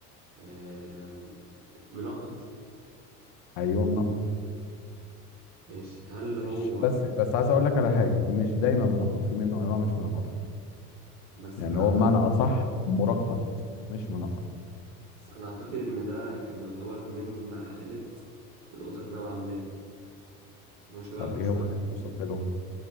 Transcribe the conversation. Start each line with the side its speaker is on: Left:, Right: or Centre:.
Right: آم، منقط
Left: ايوه منقط
Right: ماشي هل
Left: مش
Right: هو
Left: بس بس عايز اقول لك على حاجة مش دايما منقط في منه انواع مش منقطة
Right: بس
Left: يعني
Right: انا
Left: هو
Right: اعتقد
Left: بمعنى اصح مرقط مش منقط
Right: بس انا اعتقد ان ده كان يعتبر من عائلة القطط نوعا ما ان هو شبههم
Left: طب ايه
Right: شوية
Left: هو اللي وصلت له